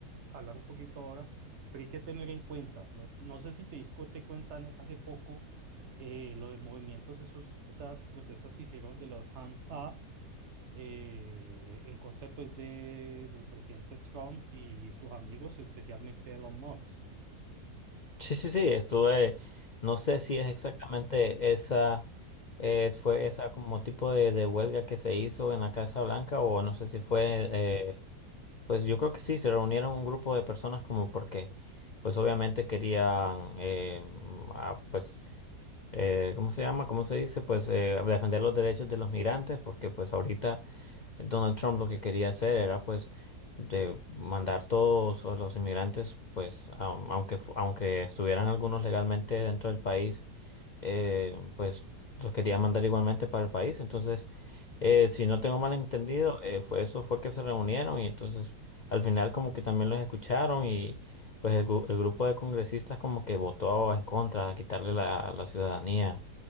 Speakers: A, on the right; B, on the left.
A: hablar un poquito ahora, pero hay que tener en cuenta, no, no sé si te disco te cuentan hace poco eh, lo del movimiento, esos, esas protestas que hicieron de los hands off eh, en contra pues de, del presidente Trump y sus amigos, especialmente Elon Musk.
B: Sí, sí, sí, estuve, no sé si es exactamente esa, es, fue esa como tipo de, de huelga que se hizo en la Casa Blanca o no sé si fue, eh,
A: Ujú.
B: pues yo creo que sí, se reunieron un grupo de personas como porque, pues obviamente querían, eh, ah, pues, eh, ¿cómo se llama? ¿Cómo se dice? Pues eh, defender los derechos de los migrantes porque pues ahorita Donald Trump lo que quería hacer era pues de mandar todos a los inmigrantes, pues am- aunque, fu- aunque estuvieran algunos legalmente dentro del país, eh, pues los quería mandar igualmente para el país. Entonces, eh, si no tengo mal entendido, eh, fue eso fue que se reunieron y entonces al final como que también los escucharon y pues el, gru- el grupo de congresistas como que votó en contra, a quitarle la, la ciudadanía